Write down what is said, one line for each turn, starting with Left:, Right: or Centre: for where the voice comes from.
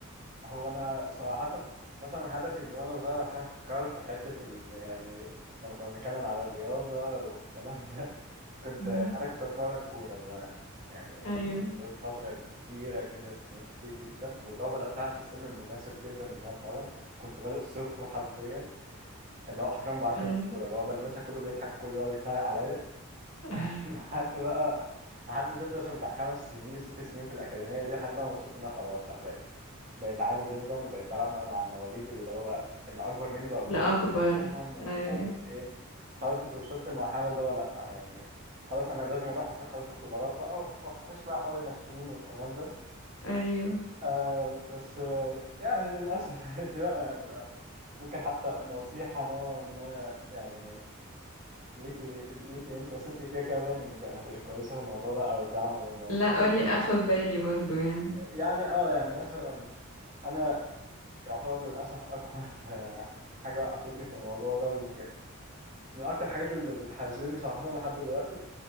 Right: هو انا صراحة مثلا هدفي من وانا صغير عشان افتكرت حتة ال... يعني لما كنا بنتكلم على الرياضة والكلام ده كنت
Left: مم.
Right: انا كنت اتمرن كورة زمان يعني
Left: ايوه
Right: فضلت فترة كبيرة جدا سنين كتير جدا واللي هو بدأتها في السن المناسب جدا ان انا اتمرن كنت بادئ صفر حرفيا اللي هو حرفيا بعرفش
Left: ايوه
Right: امسك الكورة اللي هو بلمسها كله بيضحك كله بيقعد يتريق عليا <laughs>
Left: ايوه
Right: لحد بقى لحد فضلت مثلا بتاع خمس سنين ست سنين في الأكاديمية دي لحد بقى ما وصلت إن أنا خلاص لأ بقيت بقيت عالي جدا وبقيت بلعب بقى مع المواليد اللي هو اللي اكبر مني بقى بيبقى
Left: لا اكبر
Right: معاهم ومش
Left: ايوه
Right: عارف ايه خلاص كنت وصلت لمرحله اللي هو لا يعني خلاص انا لازم اروح اصلا خلاص اختبارات بقى وأخ- واخش بقى حوار الناشئين والكلام ده
Left: ايوه
Right: آه بس آه يعني للاسف <laughs> دي بقى هتبقى ممكن حتى نصيحه نوعا ما يعني ليكي ليكي انت بس انت كده كده باين انك يعني هتبقي كويسه في الموضوع ده او داعمه للموضوع
Left: لا قولي اخد بالي برضو يعني
Right: يعني اه يعني مثلا انا يعتبر للأسف أكبر <laughs> آه، حاجة وقفتني في الموضوع ده ويمكن من أكتر الحاجات اللي بتحزني صراحة لحد دلوقتي